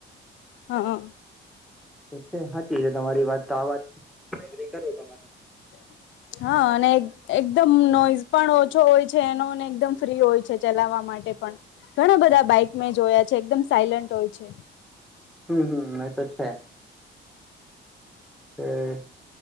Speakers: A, on the left (about 70°); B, in the centre.
A: હા
B: છે. હાચી તમારી વાત તો, આ વાત એગ્રી કરી
A: <unintelligible> હા અને એકદમ નોઈઝ પણ ઓછો હોય છે એનો ને, એકદમ ફ્રી હોય છે. ચલાવવા માટે પણ, -' ઘણા બધા બાઈક મેં જોયા છે. એકદમ સાયલન્ટ હોય છે.
B: હમ હમ, એ તો છે. એએ